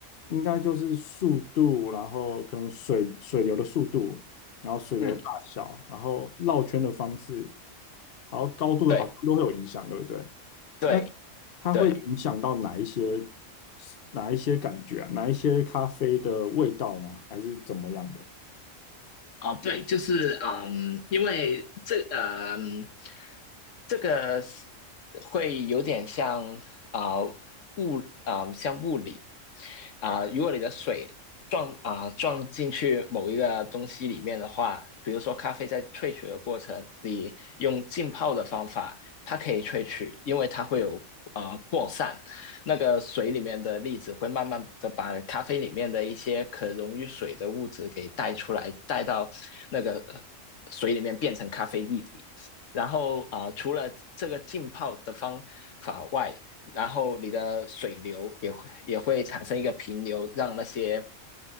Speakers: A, on the left (about 50°); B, on the left (about 70°).
A: 应该就是速度，然后可能水水流的速度，然后水流大小，
B: 嗯
A: 然后绕圈的方式，还有高度，
B: 对
A: 好像都会有影响，对不对？
B: 对
A: 那它会影响到哪一些
B: 对
A: 哪一些感觉啊？哪一些咖啡的味道吗？还是怎么样的？
B: 哦，对，就是嗯，因为这嗯，这个是会有点像啊、呃物啊、呃像物理，啊、呃如果你的水撞啊、呃撞进去某一个东西里面的话，比如说咖啡在萃取的过程，你用浸泡的方法，它可以萃取，因为它会有呃扩散，那个水里面的粒子会慢慢的把咖啡里面的一些可溶于水的物质给带出来，带到那个呃水里面变成咖啡液体。然后啊、呃除了这个浸泡的方法外，然后你的水流也会也会产生一个平流，让那些